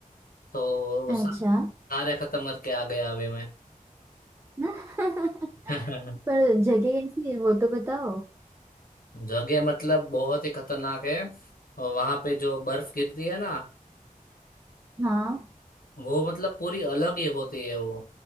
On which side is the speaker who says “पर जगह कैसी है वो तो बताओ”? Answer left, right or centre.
Right